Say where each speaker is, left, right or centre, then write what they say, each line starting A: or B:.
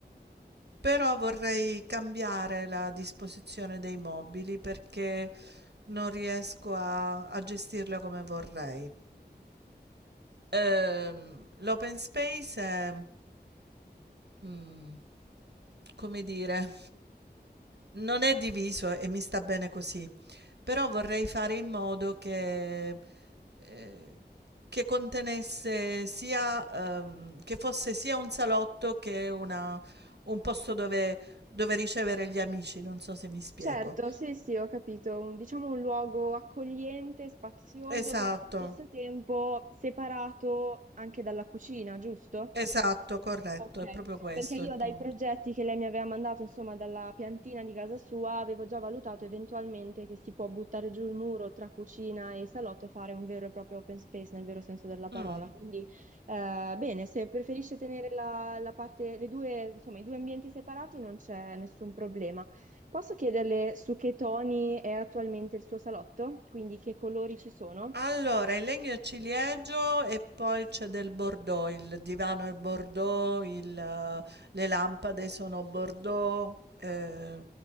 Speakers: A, on the right; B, on the right.
A: però vorrei cambiare la disposizione dei mobili perché non riesco a, a gestirla come vorrei. Ehm, l'open space è, mm, come dire, <laughs> non è diviso e mi sta bene così, però vorrei fare in modo che, eh, che contenesse sia, ehm, che fosse sia un salotto che una- un posto dove, dove ricevere gli amici, non so se mi spiego.
B: Certo, sì, sì, ho capito. Un- diciamo un luogo accogliente, spazioso,
A: Esatto,
B: però allo stesso tempo separato anche dalla cucina, giusto?
A: esatto, corretto,
B: Ok,
A: è proprio questo
B: perché io
A: il punto.
B: dai progetti che lei mi aveva mandato, insomma, dalla piantina di casa sua, avevo già valutato eventualmente che si può buttare giù il muro tra cucina e salotto e fare un vero e proprio open space nel vero senso della parola.
A: Mm.
B: Quindi, eh, bene, se preferisce tenere la, la parte, le due, insomma, i due ambienti separati non c'è nessun problema. Posso chiederle su che toni è attualmente il suo salotto? Quindi che colori ci sono?
A: Allora, il legno ciliegio e poi c'è del Bordeaux, il divano è Bordeaux, il, eh, le lampade sono Bordeaux, eh,